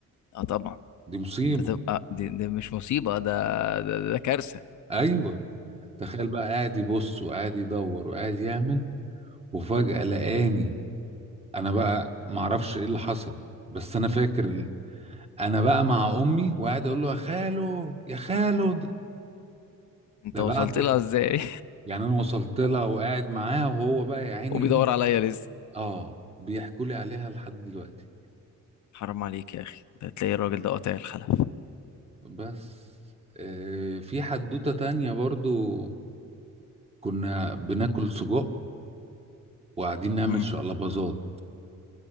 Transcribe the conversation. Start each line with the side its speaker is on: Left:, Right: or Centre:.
Left: اه طبعا
Right: دي مصيبة
Left: ده تبقى ده, ده مش مصيبه ده ده, ده كارثه
Right: ايوه تخيل بقى قاعد يبص وقاعد يدور وقاعد يعمل وفجأة لقاني انا بقى معرفش ايه اللي حصل بس انا فاكر ال... انا بقى مع امي وقاعد اقول له يا خالو يا خالو ده
Left: انت
Right: ده
Left: وصلت
Right: بعد
Left: لها ازاي
Right: يعني انا وصلت لها وقاعد معاها وهو بقى
Left: <laughs>
Right: يا عيني
Left: وبيدور
Right: ايه
Left: عليا لسه
Right: اه بيحكوا لي عليها لحد دلوقتي
Left: حرام عليك يا اخي ده تلاقي الراجل ده قاطع الخلف
Right: بس آه، في حدوتة تانية برضو كنا بناكل سجق وقاعدين نعمل
Left: مم.
Right: شقلباظات